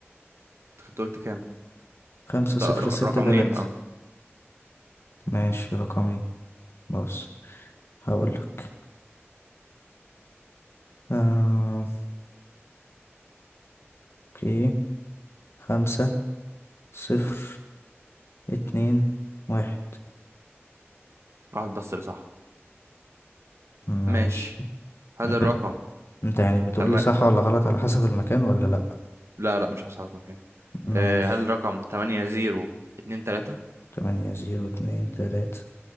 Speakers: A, on the right; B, on the left.
A: انت كنت قلت كام
B: خمسة
A: انت
B: صفر
A: رق-
B: ستة
A: رقمين
B: تلاتة
A: اه
B: ماشي رقمين بص هقول لك آه. اوكي خمسة صفر اتنين واحد
A: واحد بس اللي صح
B: ماشي
A: ماشي هل
B: انت
A: الرقم
B: انت يعني بتقول
A: تم-
B: لي صح ولا غلط على حسب المكان ولا لا
A: لا لا مش هساعدك
B: ماشي
A: آه، هل رقم تمانية زيرو اتنين تلاتة
B: تمانية زيرو اتنين تلاتة